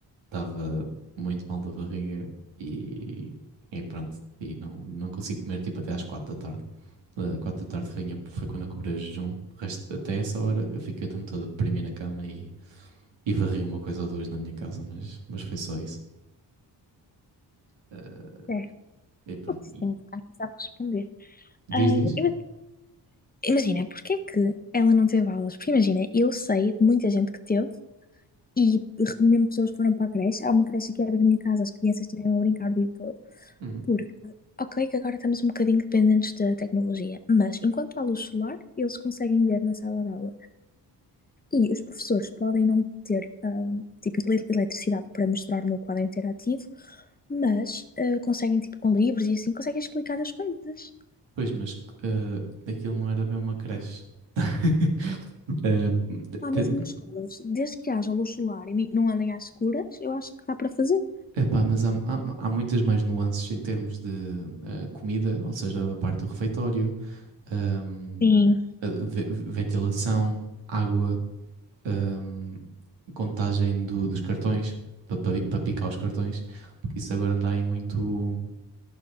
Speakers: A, on the right; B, on the left.
A: estava muito mal da barriga e, e pronto. E não, não consigo comer tipo até às quatro da tarde. Ah, quatro da tarde foi, foi quando eu cobrei o jejum. O resto- até essa hora eu fiquei o tempo todo a deprimir na cama e, e varri uma coisa ou duas na minha casa, mas, mas foi só isso. Ah,
B: certo.
A: e pronto.
B: Putz, tenho que ficar a responder.
A: Diz,
B: Ah,
A: diz?
B: ima- imagina, porque é que ela não teve aulas? Porque imagina, eu sei de muita gente que teve e re- mesmo pessoas que foram para a creche. Há uma creche aqui à beira da minha casa, as crianças estiveram a brincar o dia todo.
A: Uhum.
B: Porque, ok, que agora estamos um bocadinho dependentes da tecnologia, mas enquanto há luz solar, eles conseguem ver na sala de aula. E os professores podem não ter, hum, tipo, eletricidade para mostrar no quadro interativo, mas eh, conseguem, tipo, com livros e assim, conseguem explicar as coisas.
A: Pois, mas ah, aquilo não era bem uma creche. <laughs> Eh,
B: Lá
A: te-
B: mesmo nas escolas, desde que haja luz solar e não andem às escuras, eu acho que dá para fazer.
A: epá, mas há, há, há muitas mais nuances em termos de eh, comida, ou seja, da parte do refeitório, ahm,
B: Sim.
A: a ve- ventilação, água, ah, contagem do- dos cartões, para pa picar os cartões, porque isso agora anda aí muito.